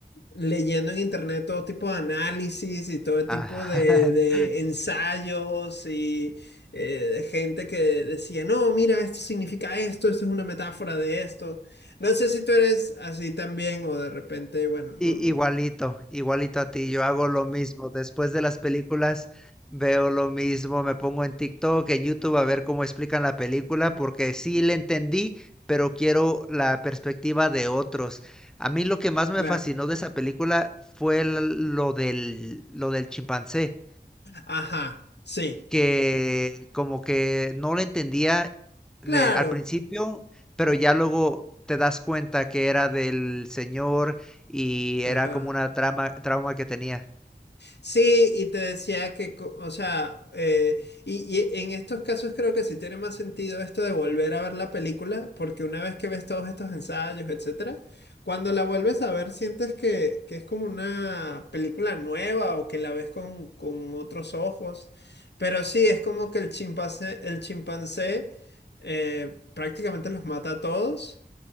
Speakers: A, on the left (about 75°); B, in the centre.
A: leyendo en internet todo tipo de análisis y todo
B: Ah,
A: tipo de, de
B: <laughs>
A: ensayos y eh, de gente que decía, no, mira, esto significa esto, esto es una metáfora de esto. No sé si tú eres así también o de repente, bueno, no,
B: I-
A: no.
B: igualito, igualito a ti, yo hago lo mismo. Después de las películas veo lo mismo, me pongo en TikTok, en YouTube a ver cómo explican la película, porque sí le entendí, pero quiero la perspectiva de otros. A mí lo que más me
A: Claro.
B: fascinó de esa película fue el- lo del, lo del chimpancé
A: Ajá, sí.
B: que como que no lo entendía
A: Claro.
B: de- al principio, pero ya luego te das cuenta que era del señor y era
A: Ajá.
B: como una trama, trauma que tenía.
A: Sí, y te decía que, co- o sea, eh, y, y en estos casos creo que sí tiene más sentido esto de volver a ver la película, porque una vez que ves todos estos ensayos, etcétera, cuando la vuelves a ver sientes que, que es como una película nueva o que la ves con, con otros ojos. Pero sí, es como que el chimpancé, el chimpancé eh, prácticamente los mata a todos.